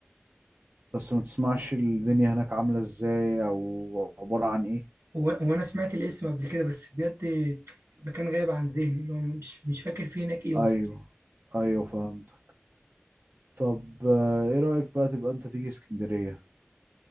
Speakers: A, on the right (about 45°); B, on the right (about 85°).
A: بس ما تسمعش الدنيا هناك عامله ازاي او عباره عن ايه
B: هو هو أنا سمعت الاسم قبل كده بس بجد المكان غايب عن ذهني اللي هو مش مش فاكر فيه هناك إيه
A: ايوه
B: أصلا
A: ايوه فهمتك طب آه، ايه رايك بقى تبقى انت تيجي اسكندريه